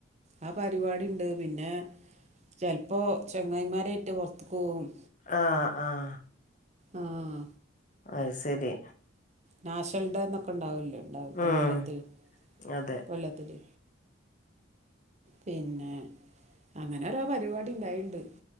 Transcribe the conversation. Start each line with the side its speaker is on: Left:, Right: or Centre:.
Right: ആ പരിപാടി ഉണ്ട് പിന്നെ ചെലപ്പോ ചെങ്ങായിമാരേറ്റ് പുറത്തക്ക് പോകും
Left: ആഹ ആഹ
Right: ആഹ
Left: അഹ ശരി
Right: നാഷൽ ഡേ എന്നൊക്കെ ഉണ്ടാവല്ലേ ഉണ്ടാവും കൊല്ലത്തില്
Left: ഉം അതെ
Right: കൊല്ലത്തില് പിന്നെ അങ്ങനെരാ പരിപാടി ഇണ്ടായിുണ്ട്